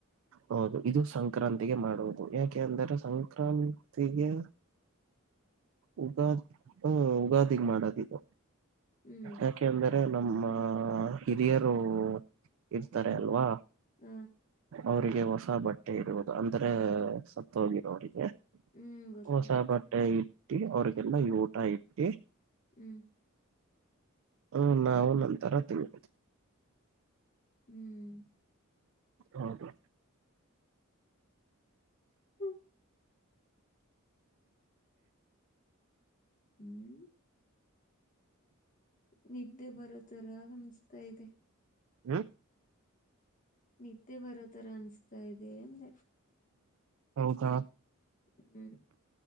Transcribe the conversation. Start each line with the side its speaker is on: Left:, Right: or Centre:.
Right: ಹೌದು ಇದು ಸಂಕ್ರಾಂತಿಗೆ ಮಾಡುವುದು ಯಾಕೆ ಅಂದರೆ ಸಂಕ್ರಾಂತಿಗೆ
Left: <inaudible>
Right: ಯುಗಾದಿ ಹ್ಮ ಯುಗಾದಿಗೆ ಮಾಡೋದು ಇದು
Left: ಹ್ಮ್
Right: ಯಾಕೆಂದ್ರೆ ನಮ್ಮ ಹಿರಿಯರು ಇರ್ತಾರೆ
Left: ಹ್ಮ್
Right: ಅಲ್ವಾ
Left: ಹ
Right: ಅವ್ರಿಗೆ ಹೊಸಬಟ್ಟೆ ಇಡುವುದು ಅಂದ್ರ ಸತ್ತಹೋಗಿರೋ ಅವರಿಗೆ
Left: ಹ್ಮ್ ಗೊತ್ತಾಯ್ತು
Right: ಹೊಸಬಟ್ಟೆ ಇಟ್ಟಿ ಅವ್ರಿಗೆಲ್ಲಾ ಊಟ ಇಟ್ಟಿ
Left: ಹ್ಮ್
Right: ಹ್ಮ ನಾವು ನಂತರ ತಿನ್ದು
Left: ಹ್ಮ್
Right: ಹೌದು
Left: ಹ್ಮ ಹ್ಮ್ ನಿದ್ದೆ ಬರೋ ತರಗಮಿಸ್ತಾ ಇದೆ
Right: ಹ್ಮ
Left: ನಿದ್ದೆ ಬರೋ ತರ ಅನ್ಸ್ತಾ ಇದೆ ಅಂದ
Right: ಹೌದಾ
Left: ಹ್ಮ್